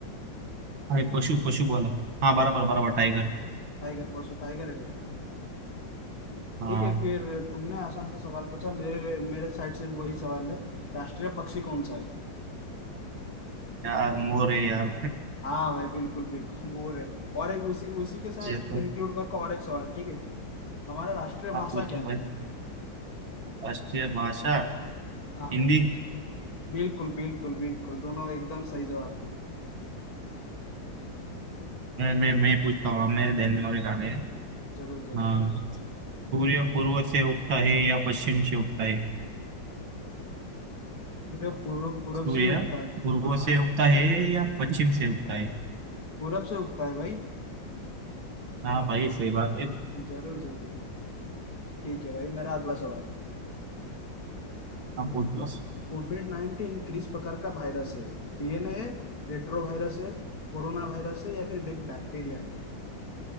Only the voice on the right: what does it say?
अरे पशु पशु बोलो हाँ बराबर बराबर टाइगर
हाँ
यार मोर है यार
ये तो
आप पूछ
लो भाई
राष्ट्रीय भाषा
हिंदी
मैं मैं मैं पूछता हूँ अब मेरे ध्यान में और एक आ गया
हाँ
सूर्य पूर्व से उगता है या पश्चिम से उगता है
सूर्य
पूर्व
से उगता है या पश्चिम से उगता है
हाँ भाई सही बात है
आप पूछ लो